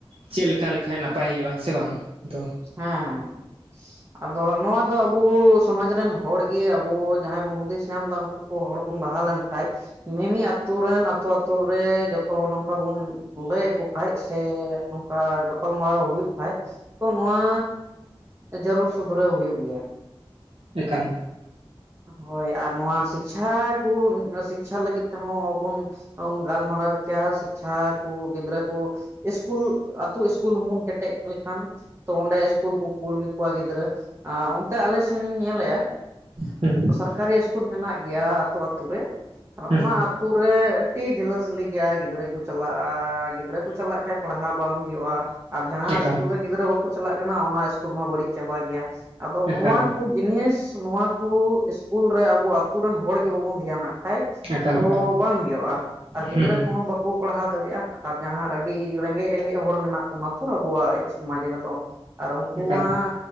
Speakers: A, on the right (about 75°); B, on the right (about 25°).
A: ᱪᱮᱫ ᱞᱮᱠᱟ ᱞᱮᱠᱷᱟᱡ ᱱᱟᱯᱟᱭ ᱦᱩᱭᱩᱜᱼᱟ ᱥᱮ ᱵᱟᱝ ᱛᱚ
B: ᱦᱮᱸ ᱦᱮᱸ ᱟᱫᱚ ᱱᱚᱣᱟ ᱫᱚ ᱟᱵᱚ ᱥᱚᱢᱟᱡ ᱨᱮᱱ ᱦᱚᱲᱜᱮ ᱟᱵᱚ ᱡᱟᱦᱟᱸᱭ ᱵᱩᱱ ᱦᱩᱫᱤᱥ ᱧᱟᱢ ᱫᱟ ᱩᱱᱠᱩ ᱠᱚ ᱦᱚᱲ ᱵᱚᱱ ᱞᱟᱦᱟ ᱞᱮᱱᱠᱷᱟᱡ ᱢᱤᱢᱤ ᱟᱛᱩᱨ ᱨᱮᱱ ᱟᱹᱛᱩ ᱟᱛᱩᱨ ᱨᱮ ᱡᱚᱛᱚ ᱦᱚᱲ ᱱᱚᱝᱠᱟ ᱵᱩᱱ ᱞᱟᱹᱭ ᱟᱠᱚ ᱠᱷᱟᱡ ᱥᱮ ᱱᱚᱝᱠᱟ ᱜᱟᱯᱟᱞᱢᱟᱨᱟᱣ ᱦᱩᱭᱩᱜ ᱠᱷᱟᱡ ᱛᱚ ᱱᱚᱣᱟ ᱡᱟᱹᱨᱩᱲ ᱥᱩᱫᱷᱨᱟᱹᱣ ᱦᱩᱭᱩᱜ ᱜᱮᱭᱟ
A: ᱮᱠᱟᱞ
B: ᱦᱳᱭ ᱟᱨ ᱱᱚᱣᱟ ᱥᱤᱠᱪᱷᱟ ᱠᱚ ᱥᱤᱠᱪᱷᱟ ᱞᱟᱹᱜᱤᱫ ᱛᱮᱦᱚᱸ ᱟᱵᱚ ᱵᱚᱱ ᱟᱢ ᱜᱟᱞᱢᱟᱨ ᱪᱟ ᱥᱤᱠᱪᱷᱟ ᱠᱩ ᱜᱤᱫᱽᱨᱟᱹ ᱠᱩ ᱤᱥᱠᱩᱞ ᱟ ᱛᱩ ᱤᱥᱠᱩᱞ ᱦᱚᱸᱵᱩᱱ ᱠᱮᱴᱮᱡ ᱞᱮᱠᱷᱟᱱ᱾ ᱛᱚ ᱚᱸᱰᱮ ᱤᱥᱠᱩᱞ ᱠᱩ ᱠᱩᱞ ᱠᱮᱠᱚᱣᱟ ᱜᱤᱫᱽᱨᱟᱹ ᱟᱸ ᱚᱱᱛᱮ ᱟᱞᱮ ᱥᱮᱱ ᱤᱧ ᱧᱮᱞᱮᱜᱼᱟ
A: ᱦᱩᱸ
B: ᱥᱟᱨᱠᱟᱨᱤ ᱤᱥᱠᱩᱞ ᱢᱮᱱᱟᱜ ᱜᱮᱭᱟ ᱟᱛᱳ ᱟᱛᱳ ᱨᱮ, ᱟᱨ
A: ᱦᱩᱸ
B: ᱚᱱᱟ ᱟᱛᱳ ᱨᱮ ᱟᱹᱰᱤ ᱰᱷᱤᱞᱟᱹᱥᱤᱞᱤ ᱜᱮᱭᱟ ᱜᱤᱫᱽᱨᱟᱹ ᱠᱚ ᱪᱟᱞᱟᱜᱼᱟ ᱜᱤᱫᱽᱨᱟᱹ ᱠᱚ ᱪᱟᱞᱟᱜ ᱠᱷᱟᱡ ᱯᱟᱲᱦᱟᱣ ᱵᱟᱝ ᱦᱩᱭᱩᱜᱼᱟ᱾ ᱟᱨ ᱡᱟᱦᱟᱸ
A: ᱮᱠᱟᱞ
B: ᱤᱥᱠᱩᱞ ᱨᱮ ᱜᱤᱫᱽᱨᱟᱹ ᱵᱟᱠᱚ ᱪᱟᱞᱟᱜ ᱠᱟᱱᱟ ᱚᱱᱟ ᱤᱥᱠᱩᱞ ᱢᱟ ᱵᱟᱹᱲᱤᱡ ᱪᱟᱵᱟ ᱜᱮᱭᱟ ᱟᱫᱚ
A: ᱮᱠᱟᱞ
B: ᱱᱚᱣᱟ ᱠᱚ ᱡᱤᱱᱤᱥ ᱱᱚᱣᱟ ᱠᱚ ᱤᱥᱠᱩᱞ ᱨᱮ ᱟᱵᱚ ᱟᱛ ᱟᱛᱳ ᱨᱮᱱ ᱦᱚᱲ ᱜᱮ ᱵᱟᱵᱚᱱ ᱫᱷᱮᱟᱱᱟ ᱠᱷᱟᱱᱡ
A: ᱮᱠᱟᱞ
B: ᱛᱚ
A: ᱮᱠᱟᱞ
B: ᱵᱟᱝ ᱦᱩᱭᱩᱜᱼᱟ ᱟᱨ ᱜᱤᱫᱽᱨᱟᱹ
A: ᱦᱩᱸ ᱦᱩᱸ
B: ᱠᱚᱦᱚᱸ ᱵᱟᱠ ᱠᱚ ᱯᱟᱲᱦᱟᱣ ᱫᱟᱲᱮᱭᱟᱜᱼᱟ ᱟᱨ ᱡᱟᱦᱟᱸ ᱟᱹᱰᱤ ᱨᱮᱸᱜᱮᱡ ᱨᱮᱸᱜᱮᱡ ᱦᱚᱲ ᱢᱮᱱᱟᱜ ᱚᱱᱟ ᱛᱚ ᱟᱵᱚᱣᱟᱜ ᱥᱚᱢᱟᱡᱽ ᱨᱮᱫᱚ ᱟᱨ ᱩᱱᱠᱩ
A: ᱮᱠᱟᱞ
B: ᱦᱟᱸ